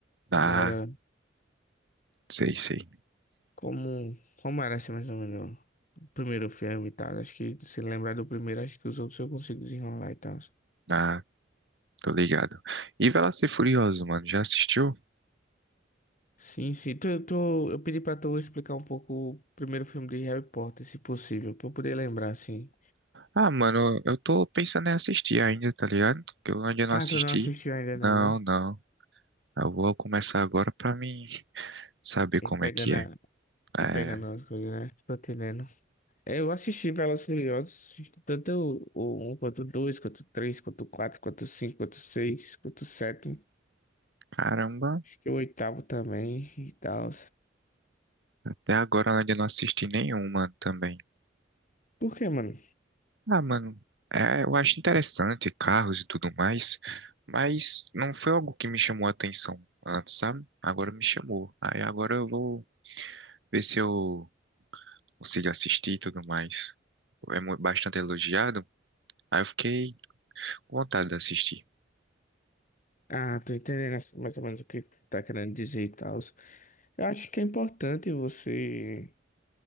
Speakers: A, on the right (about 70°); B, on the left (about 45°).
A: Ah,
B: como era,
A: sei, sei.
B: como, como era assim mais ou menos o primeiro filme e tal. Acho que se lembrar do primeiro, acho que os outros eu consigo desenrolar e tal.
A: Ah, tô ligado. E Velozes e Furioso, mano, já assistiu?
B: Sim, sim. Tu, Eu, tô eu pedi pra tu explicar um pouco o primeiro filme de Harry Potter, se possível, pra eu poder lembrar, assim.
A: Ah, mano, eu tô pensando em assistir ainda, tá ligado? Que eu ainda não
B: Ah,
A: assisti.
B: tu não assistiu ainda
A: Não,
B: não, né?
A: não. Eu vou começar agora pra mim saber como
B: E pegando,
A: é que é.
B: a,
A: É,
B: e pegando as coisas, né? Tô entendendo. É, Eu assisti Velozes e Furiosos, assisti tanto o o um quanto o 2, quanto o 3, quanto o 4, quanto o 5, quanto o 6, quanto o 7.
A: caramba.
B: Acho que o oitavo também e tal.
A: Até agora além de eu ainda não assisti nenhuma também.
B: Por quê, mano?
A: Ah, mano, é, eu acho interessante carros e tudo mais, mas não foi algo que me chamou a atenção antes, sabe? Agora me chamou. Aí agora eu vou ver se eu consigo assistir e tudo mais. É mu- bastante elogiado. Aí eu fiquei com vontade de assistir.
B: Ah, tô entendendo assim, mais ou menos o que tá querendo dizer e tal. Eu acho que é importante você